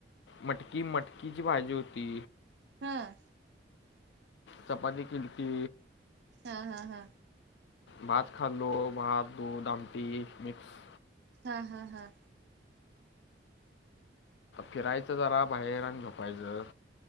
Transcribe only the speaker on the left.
मटकी मटकीची भाजी हूती
चपाती किलती.
भात खाल्लो,, भात दूध आमटी मिक्स.
फिरायचं जरा भायर, आणि झोपायचं.